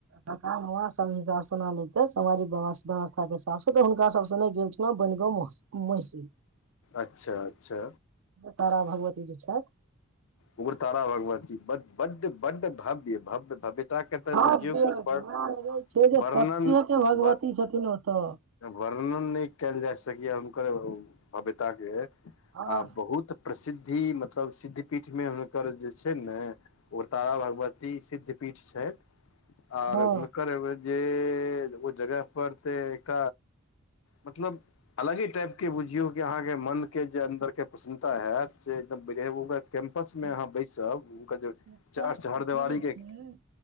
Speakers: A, on the right; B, on the left.
A: कका ममा सभ हिनका सँ सान्त्वना लेतेथ समाजिक व्यव व्यवस्था के हिसाब से तऽ हुनका सभ से ने नहि गेल बनग उम्हार से
B: अच्छा अच्छा
A: तारा भगवती द छथि
B: उग्रतारा भगवती ब बड बडड भव्य भव्य भव्य ता के त
A: भव्य
B: बुझियौ व
A: जेना लगै छै जे
B: वर्णन
A: सत्ये के भगवती
B: ब
A: छथिन ओतऽ
B: वर्णन नय कयल जा सकैया हुनकर भव्यताकेँ-आ
A: आह
B: बहुत प्रसिद्धि मतलब सिद्धि पीठमे हुनकर जे छैनने उग्रतारा भगवती सिद्ध पीठ छय आर
A: हँ
B: हुनकर अब जे ओ जगह पर तऽ एत मतलब अलगे टाइप के बुझियौ कि अहाँ के मन के जे अन्दर के प्रसन्नता हयत से एकदम बगत आपस मे
A: एक
B: अहाँ बैसब हुनकर जे
A: एकटा
B: चह
A: ओतऽ
B: चहरिदवारी
A: जे छै
B: के